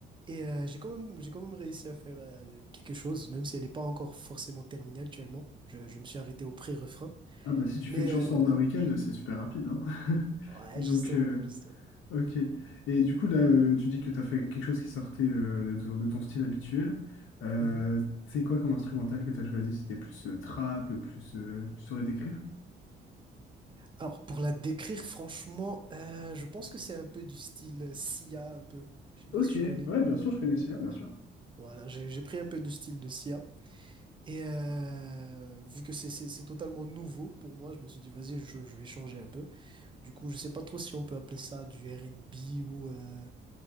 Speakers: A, on the right (about 25°); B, on the left (about 75°).
A: Et euh, j'ai quand même, j'ai quand même réussi à faire euh, quelque chose, même si elle n'est pas encore forcément terminée actuellement. Je, je me suis arrêté au pré-refrain.
B: Ah bah si tu
A: Mais
B: fais une chanson en
A: euh,
B: un week-end,
A: je-
B: c'est super rapide, hein. <laughs>
A: ouais,
B: Donc,
A: justement,
B: euh,
A: justement.
B: ok. Et du coup, là, euh, tu dis que tu as fait quelque chose qui sortait euh, de, ton de ton style habituel. Euh,
A: Mhm.
B: c'est quoi comme instrumental que tu as choisi? C'était plus euh, trap, plus... euh, tu saurais décrire?
A: Alors, pour la décrire, franchement, euh, je pense que c'est un peu du style euh, Sia, un peu. Je sais pas
B: Ok,
A: si tu connais.
B: ouais, bien sûr, je connais Sia, bien
A: Ouais.
B: sûr.
A: Voilà, j'ai j'ai pris un peu du style de Sia. Et euh, vu que c'est c'est- c'est totalement nouveau pour moi, je me suis dit, vas-y, je, je vais changer un peu. Du coup, je sais pas trop si on peut appeler ça du R&B ou... Euh...